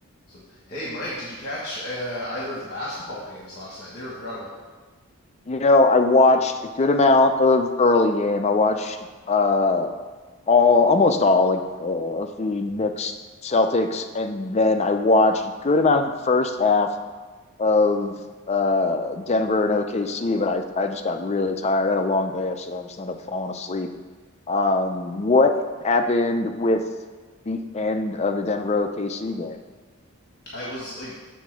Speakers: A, on the left; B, on the left.
A: Some hey, Mike, did you catch uh, either of the basketball games last night? They were incredible.
B: you know, I watched a good amount of early game. I watched uh all almost all like uh, of the Knicks Celtics, and then I watched a good amount of the first half of uh Denver and OKC, but I I just got really tired. I had a long day, so I just ended up falling asleep. Um, what happened with the end of the Denver OKC game?
A: I was like,